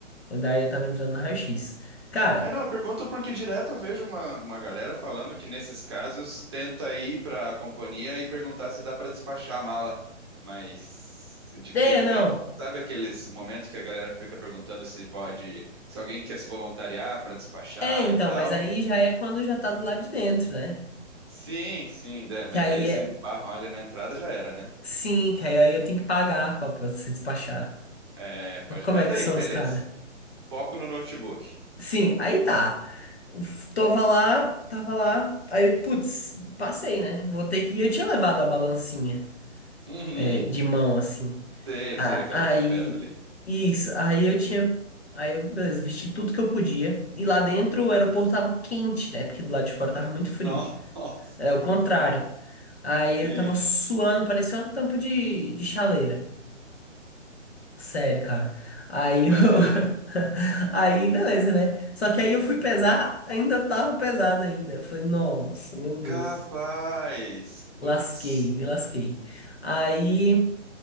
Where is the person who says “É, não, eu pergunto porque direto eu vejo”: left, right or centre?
Right